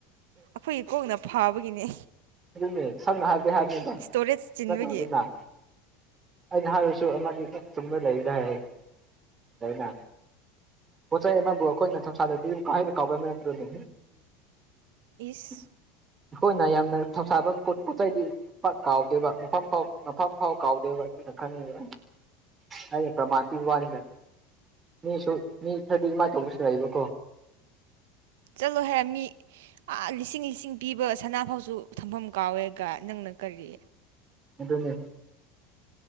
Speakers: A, on the right; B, on the right.
A: ꯑꯩꯈꯣꯏ ꯀꯣꯛꯅ ꯐꯥꯕꯒꯤꯅꯦ
B: ꯑꯗꯨꯅꯦ ꯁꯝꯅ ꯍꯥꯏꯕꯗꯤ ꯍꯥꯏꯕꯅꯤꯗ
A: ꯏꯁꯇꯣꯔꯦꯖ ꯆꯤꯟꯕꯒꯤ
B: ꯌꯥꯇꯣꯟꯁꯨ ꯅꯥꯏ ꯑꯩꯅ ꯍꯥꯏꯔꯁꯨ ꯑꯃꯗꯤ ꯇꯨꯝꯕ ꯂꯩꯗ ꯍꯥꯏ ꯑꯗꯨꯅ ꯄꯣꯠ ꯆꯩ ꯑꯃꯕꯨ ꯑꯩꯈꯣꯏꯅ ꯊꯧꯁꯥꯗꯗꯤ ꯀꯥꯏꯗ ꯀꯥꯎꯒꯟꯕ ꯅꯠꯇ꯭ꯔꯣꯅꯦ
A: ꯏꯁ
B: <unintelligible> ꯍꯣꯏꯅ ꯌꯥꯝꯅ ꯊꯧꯁꯥꯕꯝ ꯄꯣꯠ ꯄꯣꯠ ꯆꯩꯗꯤ ꯄꯥꯛ ꯀꯥꯎꯗꯦꯕ ꯃꯐꯝ ꯐꯥꯎ ꯃꯐꯝ ꯐꯥꯎ ꯀꯥꯎꯗꯦꯕ ꯑꯗꯨꯅ ꯈꯪꯉꯤꯕ ꯍꯥꯏꯌꯦ ꯄ꯭ꯔꯃꯥꯟ ꯄꯤ ꯋꯥꯅꯤꯗ ꯃꯤꯁꯨ ꯃꯤ ꯈꯔꯗꯤ ꯑꯃꯥꯏ ꯇꯧꯕꯁꯨ ꯂꯩꯕ
A: ꯆꯂꯣ ꯍꯦ ꯃꯤ ꯑꯥ ꯂꯤꯁꯤꯡ ꯂꯤꯁꯤꯡ ꯄꯤꯕ ꯁꯅꯥ ꯐꯥꯎꯁꯨ ꯊꯝꯐꯝ ꯀꯥꯎꯋꯦꯒ ꯅꯪꯅ ꯀꯔꯤ
B: ꯑꯗꯨꯅꯦ